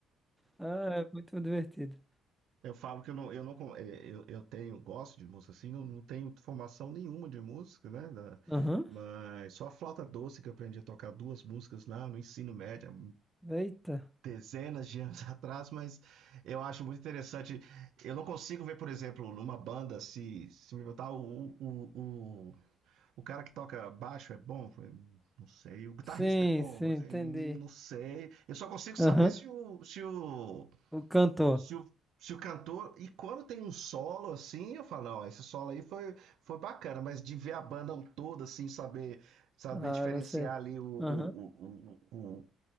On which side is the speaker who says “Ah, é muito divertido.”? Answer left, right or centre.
Centre